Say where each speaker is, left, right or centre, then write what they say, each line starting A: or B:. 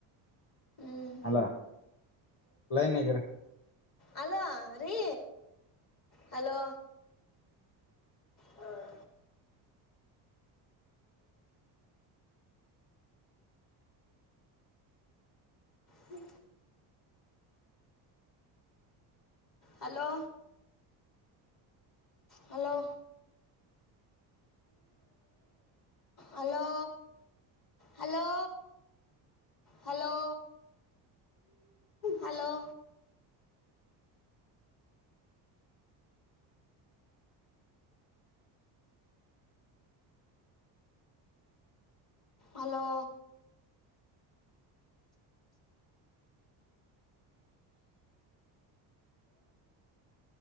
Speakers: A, on the left; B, on the left.
A: ಹ್ಮ್
B: ಅಲ್ಲ ಲೈನ್ಯಾಗ್ ಇರ್ರ.
A: ಹಲೋ ರೀ ಹಲೋ ಹ್ಮ್ ಹ್ಮ hello hello hello hello hello hello. Hello